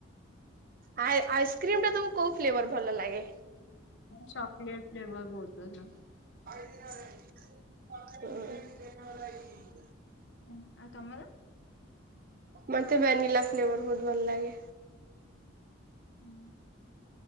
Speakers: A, on the right; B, on the left.
A: ଆ ଆଇସ୍କ୍ରିମ ଟା ତମକୁ କୋଉ ଫ୍ଲେର ଭଲ ଲାଗେ
B: ଚକଲେଟ ଫ୍ଲେବର ବହୁତ ପସନ୍ଦ
A: <unintelligible>
B: ହଁ ଆଉ ତମର
A: ମତେ ଭାନିଲା ଫ୍ଲେଭର ବହୁତ ଭଲ ଲାଗେ
B: ହୁଁ